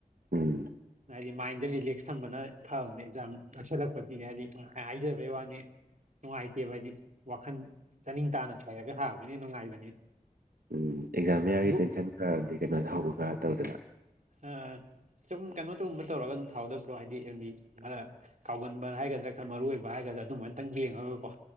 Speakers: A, on the right (about 80°); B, on the right (about 55°).
A: ꯎꯝ
B: ꯍꯥꯏꯗꯤ ꯃꯥꯏꯟꯗ ꯔꯤꯂꯦꯛꯁ ꯊꯝꯕꯅ ꯐꯕꯅꯦ ꯑꯦꯛꯖꯥꯝ ꯅꯛꯁꯜꯂꯛꯄꯗꯤ ꯍꯥꯏꯗꯤ ꯍꯥꯏꯖꯕꯩ ꯋꯥꯅꯤ ꯅꯨꯡꯉꯥꯏꯇꯦꯕ ꯍꯥꯏꯗꯤ ꯋꯥꯈꯜ ꯆꯥꯅꯤꯡ ꯇꯥꯅ ꯁꯥꯏꯔꯒ ꯊꯕꯗꯨꯅ ꯅꯨꯡꯉꯥꯏꯕꯅꯦ
A: ꯎꯝ ꯑꯦꯛꯖꯥꯝ ꯃꯌꯥꯒꯤ
B: ꯕ꯭ꯔꯣ
A: ꯇꯦꯟꯁꯟ ꯈꯔꯗꯤ ꯀꯩꯅꯣ ꯊꯧꯕ ꯈꯔ ꯇꯧꯗꯅ
B: ꯑ ꯁꯨꯝ ꯀꯩꯅꯣ ꯇꯒꯨꯝꯕ ꯇꯧꯔꯒ ꯑꯗꯨꯝ ꯊꯥꯎꯗꯕ꯭ꯔꯣ ꯍꯥꯏꯗꯤꯗꯤ ꯈꯔ ꯀꯥꯎꯒꯟꯕ ꯍꯥꯏꯒꯗ꯭ꯔꯥ ꯈꯔ ꯃꯔꯨꯑꯣ ꯑꯣꯏꯕ ꯍꯥꯏꯒꯗ꯭ꯔꯥ ꯑꯗꯨꯃꯥꯏꯅꯇꯪ ꯌꯦꯡꯉꯒ ꯀꯣ